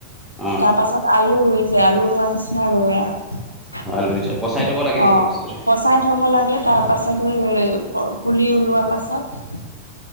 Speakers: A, in the centre; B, on the left (about 80°).
A: অঁ
B: তাৰ পাছত আলু ৰুইছে, আলু ৰোৱা নিচিনা ৰুৱে আৰু।
A: আলু নিচিনা পচাই থ'ব লাগে নেকি
B: অ,
A: বস্তুটো
B: পচাই থব লাগে তাৰ পাছত পুলি ওলো প পুলি ওলোৱাৰ পাছত